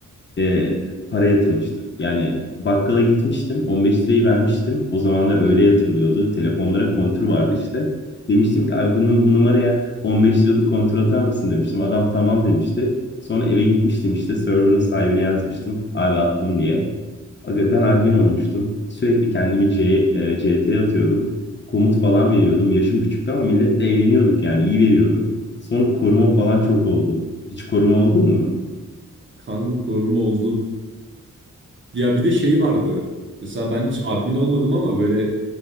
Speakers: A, on the left; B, on the right.
A: e, para yatırmıştım. Yani bakkala gitmiştim. 15 lirayı vermiştim. O zamanlar öyle yatırılıyordu. Telefonlara kontür vardı işte. Demiştim ki abi bu, bu numaraya 15 liralık kontür atar mısın demiştim. Adam tamam demişti. Sonra eve gitmiştim işte server'ın sahibine yazmıştım. Abi attım diye. Aga ben admin olmuştum. Sürekli kendimi C, e, C T atıyordum. Komut falan veriyordum. Yaşım küçüktü ama milletle eğleniyorduk yani. iyi veriyordum. Sonra koruma falan çok oldum. Hiç koruma oldun mu?
B: Kanka koruma oldum. Ya bir de şey vardı. Mesela ben hiç admin olmadım ama böyle